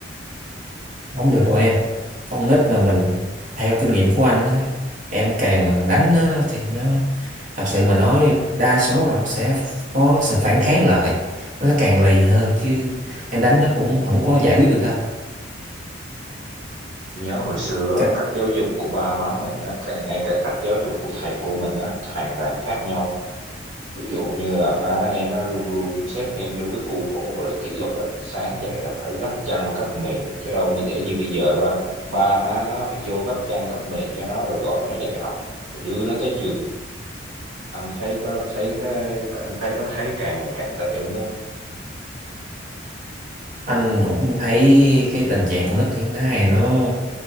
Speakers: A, on the right; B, on the right.
A: không được đâu em con nít mà mình theo kinh nghiệm của anh á, em càng đánh nó thì nó thật sự mà nói đa số là nó sẽ có sự phản kháng lại nó sẽ càng lì hơn chứ em đánh nó cũng không có giải quyết được đâu
B: nhớ hồi xưa
A: Các-
B: cách giáo dục của ba má mình á cái- ngay cả cách giáo dục của thầy cô mình á hoàn toàn khác nhau ví dụ như là ba má em á luôn luôn xếp em vô cái khuôn khổ gọi là kỷ luật á sáng dậy là phải gấp chăn gấp mền chứ đâu như để như bây giờ đâu anh ba má nó phải vô gấp chăn gấp mền cho nó rồi gọi nó dậy học rồi đưa nó tới trường anh thấy có thấy anh thấy có thấy càng ngày càng tệ không nhá
A: anh cũng thấy cái tình trạng con nít hiện nay nó